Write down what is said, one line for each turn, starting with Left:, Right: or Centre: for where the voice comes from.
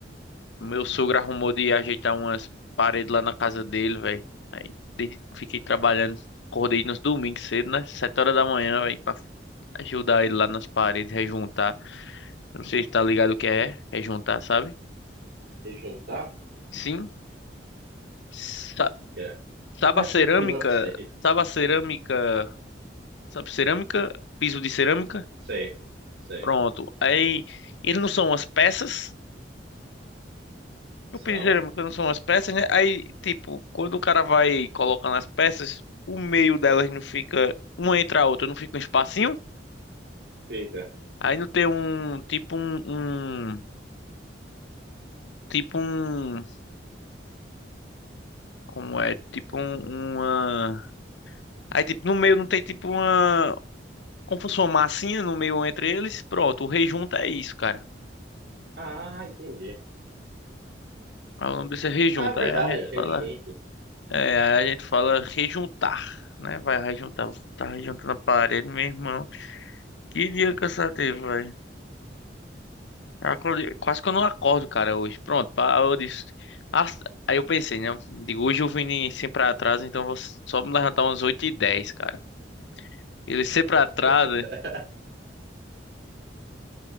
Left: meu sogro arrumou de ajeitar umas paredes lá na casa dele, velho. Aí desde- fiquei trabalhando, acordei nos domingos cedo, né? Sete horas da manhã, velho, pra ajudar ele lá nas paredes, rejuntar. Eu Não sei se tá ligado o que é, rejuntar, sabe?
Right: rejuntar? O
Left: Sim. Sa-
Right: que que é?
Left: Sabe
Right: <laughs>
Left: a cerâmica?
Right: Não sei.
Left: Sabe a cerâmica? Sabe, cerâmica, piso de cerâmica.
Right: Sei. Sei.
Left: Pronto. Aí, eles não são as peças.
Right: São.
Left: O piso de cerâmica não são as peças, né? Aí, tipo, quando o cara vai colocando as peças, o meio delas não fica uma entre a outra, não fica um espacinho.
Right: Fica.
Left: Aí não tem um, tipo um, um- tipo um, como é? Tipo um, uma... Aí, tipo, no meio não tem tipo uma, como se fosse uma massinha no meio entre eles. Pronto, o rejunta é isso, cara.
Right: Ah, entendi.
Left: Aí O nome disso é rejunta.
Right: Ah, verdade.
Left: Aí a gente
Right: Rejunto.
Left: fala É, aí a gente fala rejuntar, né? Vai rejuntar, tá rejuntando a parede, meu irmão. Que dia cansativo, velho. Eu acordei- Quase que eu não acordo, cara, hoje. Pronto, pá, eu disse. Ah, Aí eu pensei, né? Digo, hoje eu vim sempre atraso, então eu vou só me levantar umas oito e dez, cara. Ele sempre atrasa.
Right: <laughs>